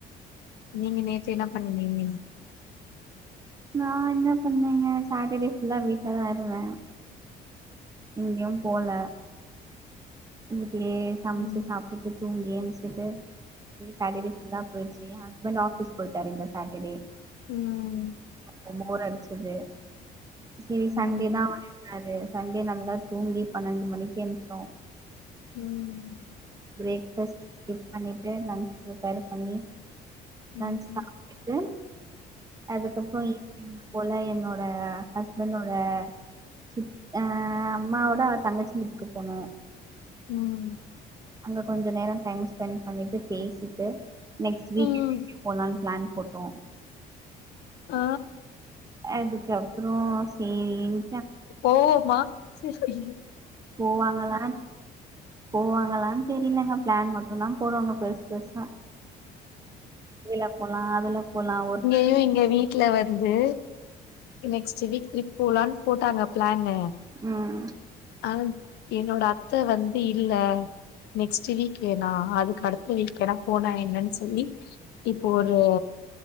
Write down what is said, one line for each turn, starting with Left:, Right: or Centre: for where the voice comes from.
Left: நீங்க நேத்து என்ன பண்ணிங்க நீங்
Right: நா என்ன பண்ணேங்க சாட்டர்டே ஃபுல்லா வீட்லதா இருந்த எங்கயு போல வீட்லயே சம்ச்சுட்டு
Left: ம்
Right: சாப்புட்டு தூங்கி ஏன்ச்சிட்டு போய் பாதிலே ஃபுல்லா போய்ட்ச் எ ஹஸ்பண்ட் ஆஃபீஸ் போயீட்டாரு இந்த சாட்டர்டே
Left: ம்
Right: ரொம்ப போர் அடிச்சிது செரி
Left: ம்
Right: சண்டே தா அவர் இருந்தாரு சண்டே நல்லா தூங்கி பனண்டு மணிக்கு ஏன்ச்சோ
Left: ம் ம்
Right: ப்ரேக்ஃபஸ்ட் ஸ்கிப் பண்ணிட்டு லன்ச் ப்ரிப்பர் பண்ணி
Left: ம்
Right: லஞ்ச் சாப்ட்டுட்டு அதுக்கப்றோ ஈவ்னிங் போல என்னோட ஹஸ்பண்டோட சித் ஆ அம்மாவோட தங்கச்சி வீட்டுக்கு போனோ
Left: ம்
Right: அங்க கொஞ்சோ நேரோ டைம் ஸ்பெண்ட் பண்ணிட்டு பேசிட்டு நெக்ஸ்ட் வீக்கென்ட்
Left: ம்
Right: எங்கே போலான் ப்ளான் போட்டோ
Left: ஆ
Right: அதுக்கப்றோ சேரின்
Left: போவம்மா செர் ஐய்யயோ
Right: போவாங்களான் போவாங்காலான் தெரிலங்க ப்ளான் மட்டுதா போடுவாங்க பெருசு பெருசா இதுல போலா அதுல போலா ஒர் நாள்
Left: அய்யோ எங்க வீட் ட்ல வந்து நெக்ஸ்ட்டு வீக் ட்ரிப் போலான் போட்டாங்க ப்ளான்னு
Right: ம்
Left: ஆவ் என்னோட அத்த வந்து இல்ல நெக்ஸ்ட்டு வீக்கு னா அதுக்கு அடுத்த வீக் வேனா போனா என்னன் சொல்லி இப்ப ஒரு